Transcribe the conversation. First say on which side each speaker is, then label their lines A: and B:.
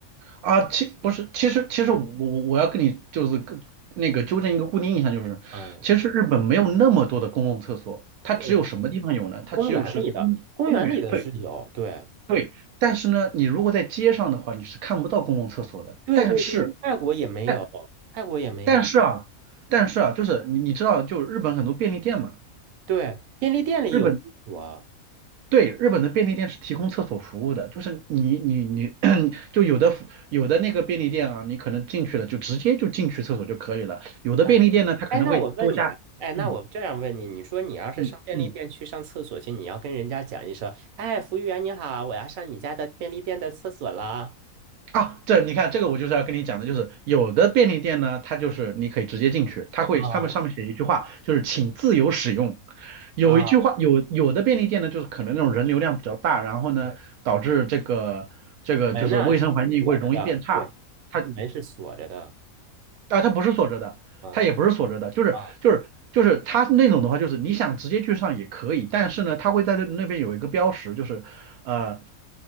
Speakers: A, on the right; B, on the right.
A: 啊，其不是，其实其实我我我要跟你就是跟那个纠正一个固定印象，就是其实日本没有那么多的公共厕所，
B: 嗯，
A: 它只有什么地方有呢？
B: 哦，
A: 它只有是公公园，
B: 公园里的，公园里的是有，
A: 对
B: 对，
A: 对。但是呢，你如果在街上的话，你是看不到公共厕所的。
B: 对对对，
A: 但是
B: 泰国也没有，
A: 但
B: 泰国也没有。
A: 但是啊，但是啊，就是你你知道，就是日本很多便利店嘛，
B: 对，便利店里有厕所。
A: 日本对，日本的便利店是提供厕所服务的，就是你你你，<coughs> <clears throat> 就有的服有的那个便利店啊，你可能进去了就直接就进去厕所就可以了，有的便利店呢，
B: 然后，
A: 它可能会多加，
B: 哎，那我问你，哎，那我这样问你，
A: 嗯
B: 你说你要是上便利店去上厕所去，
A: 嗯嗯，
B: 你要跟人家讲一声，哎，服务员你好，我要上你家的便利店的厕所了。
A: 啊，这你看这个我就是要跟你讲的，就是有的便利店呢，它就是你可以直接进去，它会他们上面写一句话，
B: 啊
A: 就是请自由使用，有一句话有有的便利店呢，
B: 啊，
A: 就是可能那种人流量比较大，然后呢导致这个这个就是卫生环境会容易变差。
B: 对，门呢是锁着的，对，
A: 它
B: 门是锁着的。
A: 啊，它不是锁着的，
B: 嗯
A: 它也不是锁着的，就是就是就是它那种的话，
B: 啊，
A: 就是你想直接去上也可以，但是呢，它会在那那边有一个标识，就是呃，